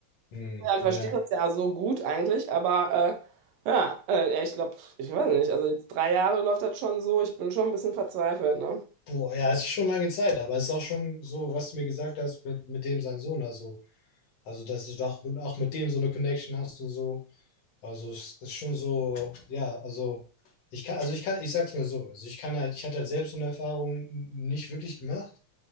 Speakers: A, on the left (about 65°); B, on the right (about 75°).
A: hm,
B: Ja, wir
A: ja.
B: verstehen uns ja so gut eigentlich, aber äh, ja, äh, ja, ich glaube, ich weiß nicht, also jetzt drei Jahre läuft das schon so, ich bin schon ein bisschen verzweifelt, ne?
A: Boah, ja, es ist schon lange Zeit, aber es ist auch schon so, was du mir gesagt hast mit, mit dem sein Sohn, also. Also, dass du doch auch mit dem so eine Connection hast und so. Also, es ist schon so, ja, also ich kann, also ich kann, ich sag's mal so, also ich kann halt, ich hatte halt selbst so eine Erfahrung n- nicht wirklich gemacht.